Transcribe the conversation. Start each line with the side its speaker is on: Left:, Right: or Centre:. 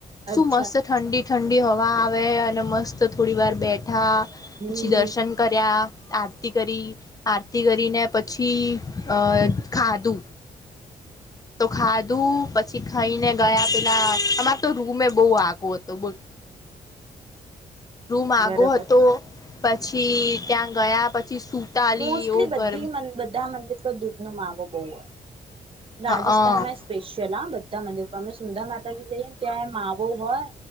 Left: સુું
Right: અચ્છા
Left: મસ્ત ઠંડી ઠંડી હવા આવે અને મસ્ત થોડી વાર બેટ ઉઠા
Right: હમ
Left: પછી દર્શન કર્યા. આરતી કરી, આરતી કરીને પછી અ ખાધું. તો ખાધું પછી ખાઈને ગયા પેલા અમારતો રૂમેય બહુ આગો હતો બોલ. રૂમ આગો
Right: બરોબર
Left: હતો, પછી ત્યાં ગયા પછી સુતાલી
Right: મોસ્ટલી
Left: એવો ગરમ
Right: બી મન બધા મં એટલો દુધ નો માવો બહુ હોય. રાજસ્થાનમાં
Left: હ હ
Right: સ્પેશિયલ આ બધા તા મંદિર પણ અમે સુંધા માતાજી જઈએને ત્યાં માવો હોય